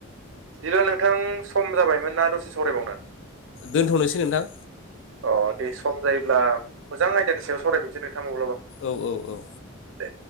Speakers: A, on the right (about 65°); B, on the left (about 60°).
A: बिदिब्ला नोंथां सम जाबायमोन ना दसे सरायबावनो?
B: दोन्थ'नोसै नोंथां।
A: अ दे सम जायोब्ला मोजां आयदानि सायाव सावरायफिनो्सै नोंथां माब्लाबा।
B: औ औ औ।
A: दे